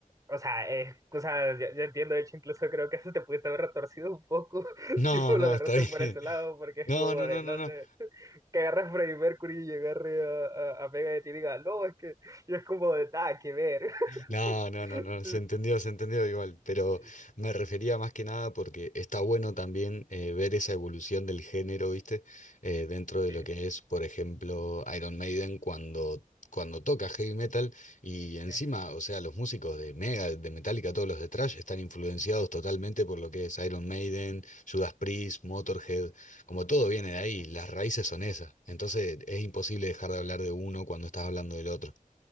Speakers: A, on the right; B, on the left.
A: O sea, eh, o sea, yo, yo entiendo, de hecho, incluso creo que eso te pudiste haber retorcido un poco <laughs>
B: No,
A: si vos
B: no,
A: lo agarraste
B: está <laughs>
A: por
B: bien.
A: ese lado, porque es
B: No,
A: como
B: no,
A: de,
B: no, no,
A: no
B: no.
A: sé, que agarre a Freddie Mercury y agarre a, a, a Megadeth y diga, no, es que, y es como de, nada, que ver.
B: No, no,
A: <laughs>
B: no, no, se entendió, se entendió igual, pero
A: Sí,
B: me refería más que nada porque está bueno también eh, ver esa evolución del género, ¿viste? Eh, dentro de
A: sí,
B: lo que es, por ejemplo, Iron Maiden cuando, cuando toca heavy metal y encima,
A: sí,
B: o sea, los músicos de Mega, de Metallica, todos los de Thrash están influenciados totalmente por lo que es Iron Maiden, Judas Priest, Motorhead, como todo viene de
A: sí.
B: ahí, las raíces son esas, entonces es imposible dejar de hablar de uno cuando estás hablando del otro.